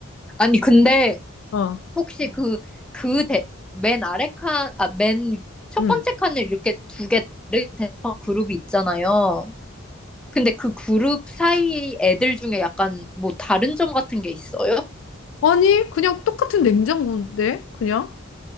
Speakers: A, in the centre; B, on the left.
A: 아니, 근데
B: <laughs> 어.
A: 혹시 그, 그 대, 맨 아래 칸, 아, 맨 첫
B: 음.
A: 번째 칸을 이렇게 두 개 다르게 된 그룹이 있잖아요. 근데 그 그룹 사이 애들 중에 약간 뭐 다른 점 같은 게 있어요?
B: 아니 그냥 똑같은 냉장고인데 그냥